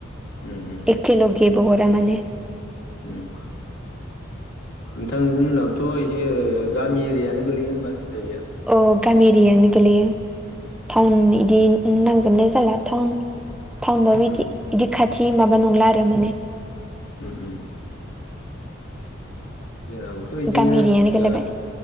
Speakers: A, on the left (about 85°); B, in the centre.
A: उम उम।
B: एखेलगेबोहरा माने
A: उम। नोंथांनि उनावथ' एसे गामि एरियानो गोलैयो होमबा जायगाया
B: औ गामि एरियानो गोलैयो टाउन इदि नांजोबनाय जाला टाउन। थावउनबाबो बिदि
A: उम
B: बिदि खाथि माबा नंला आरो माने
A: उम उम। जोंनाबोथ' इदिनो
B: गामि एरियानो गोलैबाय
A: गा